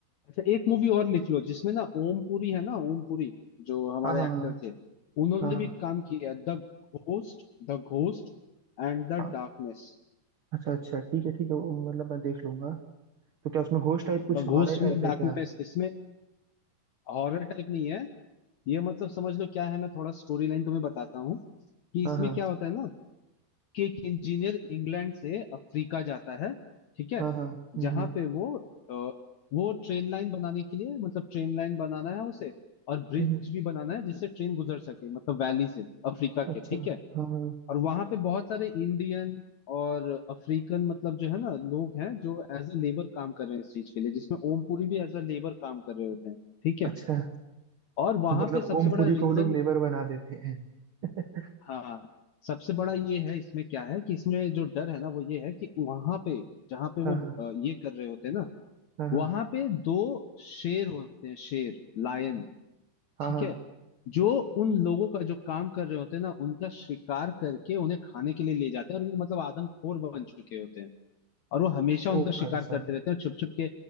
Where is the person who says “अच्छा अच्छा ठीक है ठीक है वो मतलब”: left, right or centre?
Right